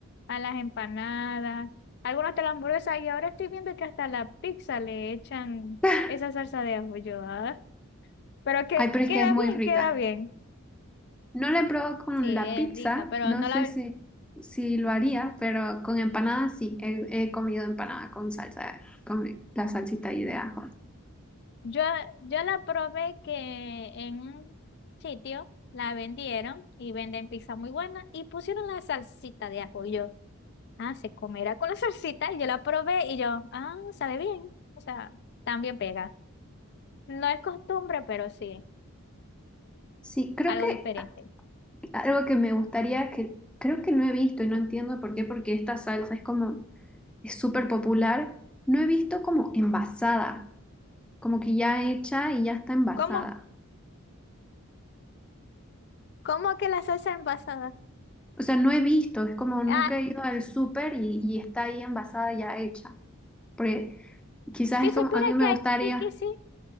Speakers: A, on the left; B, in the centre.
A: A las empanadas, algunos de la hamburguesa, y ahora estoy viendo que hasta a la pizza le echan
B: <laughs>
A: esa salsa de ajo. Yo, ah, Pero que
B: Ay, pero es
A: queda
B: que es muy
A: bien,
B: rica.
A: queda bien.
B: No la he probado con
A: Sí, es
B: la pizza,
A: rica, pero
B: no
A: no
B: sé
A: la
B: si, si lo haría, pero con empanadas sí. He, he comido empanada con salsa, con la salsita ahí de ajo.
A: yo yo la probé que en un sitio la vendieron y venden pizza muy buena y pusieron la salsita de ajo. Yo. Ah, se comerá con la <laughs> salsita. y Yo la probé y yo, ah, sabe bien. O sea, también pega. No es costumbre, pero sí,
B: Sí, creo
A: algo
B: que
A: diferente.
B: algo que me gustaría, que creo que no he visto y no entiendo por qué, porque esta salsa es como es súper popular. No he visto como envasada, como que ya hecha y ya está envasada.
A: ¿Cómo? ¿Cómo que la salsa envasada?
B: O sea, no he visto, es como nunca
A: Ah,
B: he ido al súper y, y está ahí envasada ya hecha. Porque quizás
A: si
B: es
A: supiera
B: como, a mí me
A: que
B: gustaría,
A: aquí que sí,